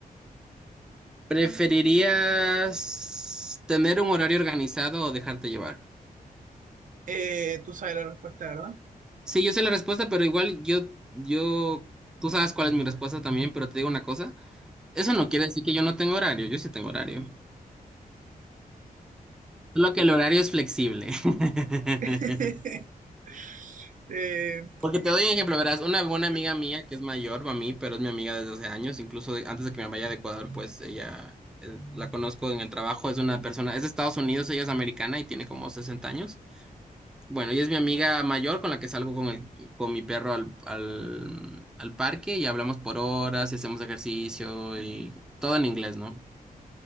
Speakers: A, in the centre; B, on the right.
A: ¿Preferirías tener un horario organizado o dejarte llevar?
B: Eh, tú sabes la respuesta, ¿verdad?
A: Sí, yo sé la respuesta, pero igual yo, yo, tú sabes cuál es mi respuesta también, pero te digo una cosa. Eso
B: Dime.
A: no quiere decir que yo no tengo horario, yo sí tengo horario. Solo que el horario es flexible. <laughs>
B: <laughs> Eh,
A: Porque
B: mira.
A: te doy un ejemplo, verás, una buena
B: mira.
A: amiga mía que es mayor a mí, pero es mi amiga desde hace años, incluso de- antes de que me vaya de Ecuador, pues ella eh, la conozco en el trabajo, es una persona, es de Estados Unidos, ella es americana y tiene como 60 años. Bueno, ella es mi amiga mayor con la que salgo con el, con mi perro al, al, al parque y hablamos por horas y hacemos ejercicio y todo en inglés, ¿no?